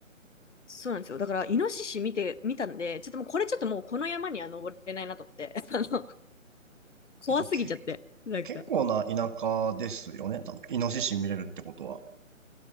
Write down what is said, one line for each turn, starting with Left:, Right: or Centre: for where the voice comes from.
Left: そうなんですよ。だから、イノシシ見て、見たんで、ちょっともうこれちょっともうこの山には登れないなと思って、<laughs> あの、怖すぎちゃって、
Right: えっと、け、
Left: なんか。
Right: 結構な田舎ですよね。多分、イノシシ見れるってことは。